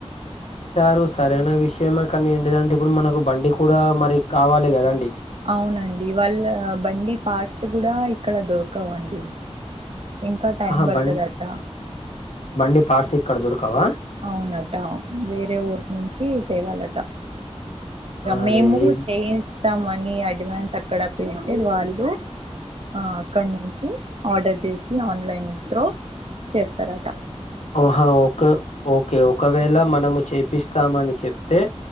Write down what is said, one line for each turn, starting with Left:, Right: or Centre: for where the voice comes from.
Left: రు సరే విషయమే కానీ ఏంటిదంటే ఇప్పుడు మనకు బండి కూడా మరి కావాలి కదండి
Right: అవునండి వాళ్ళ బండి పార్ట్స్ కూడా ఇక్కడ దొరకవండి ఇంకా టైం
Left: ఆహా
Right: పడుతదట
Left: బం బండి పార్ట్స్ ఇక్కడ దొరకవా
Right: అవునట వేరే ఊరు నుంచి తేవాలట
Left: అరే
Right: మేము
Left: ఈ
Right: చేయిస్తామని అడ్వాన్స్ అక్కడ పెడితే వాళ్ళు ఆ అక్కడ నుంచి ఆర్డర్ చేసి ఆన్లైన్ త్రో చేస్తారట
Left: ఓహా ఒక ఓకే ఒకవేళ మనము చె తెప్పిస్తామని చెప్తే